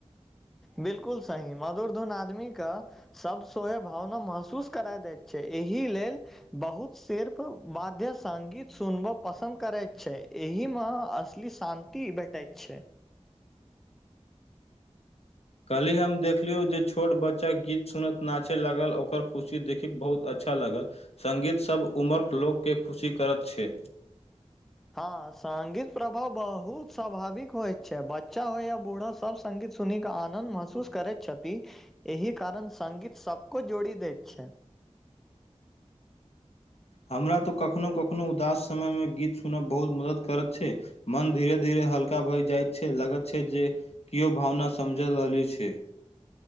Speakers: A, in the centre; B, on the left.
A: बिलकुल सही मधुर धुन आदमीे कऽ सभ सोहे भावना महसूस करा दैत छै एहि लेल बहुत सिर्फ बध्य सगीत सुनबय पसन्द करैत छै एहिमे असली शान्ति भेंटाइत छै
B: कहली हम देखलियौ जे छोट बच्चा गीत सुन क नाचिऽलागल ओकर खुशी देखय बहुत अच्छा लागल संगीतसब उम्रक लोककेँ खुशी करत छै।
A: हँ सगीत प्रभाव बहुत स्वाभाविक होयत छै बच्चा होय या बूढ़ा सब। संगीत सुन कऽ आनन्द महसूस करैत छथि। एहि कारण सांगीत सभको जोड़ि दैत छै।
B: हमरा तऽ कखनो कखनो उदास समयमे गीत सुनब बहुत मदद करैत छै। मन धीरे धीरे हल्का भई जाइत छै लगत छै जे कियो भावना समझ लगली छै।